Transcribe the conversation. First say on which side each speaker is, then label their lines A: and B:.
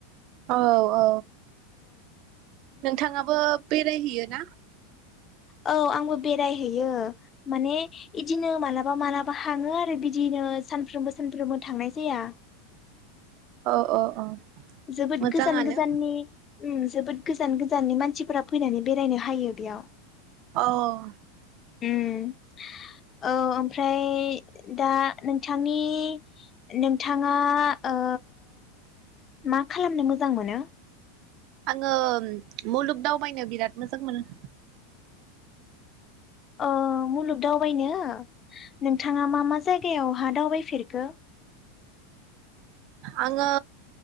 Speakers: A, on the right; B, on the left.
A: औ औ नोंथाङाबो बेरायहैयो ना?
B: औ आंबो बेरायहैयो माने इदिनो मालाबा मालाबा हाङो आरो बिदिनो सानफ्रोमबो सानफ्रोमबो थांनाय जाया।
A: औ औ औ
B: जोबोद
A: मोजाङानो
B: गोजान गोजाननि ओ जोबोद गोजान गोजाननि मानसिफोरा फैनानै बेरायनो हायो बेयाव।
A: औ औ
B: ओम औ ओमफ्राय दा नोंथांनि नोंथाङा ओ मा खालामनो मोजां मोनो?
A: आङो मुलुग दावबायनो बिराद मोजां मोनो।
B: ओ मुलुग दावबायनो नोंथाङा मा मा जायगायावहा दावबायफेरखो?
A: आङो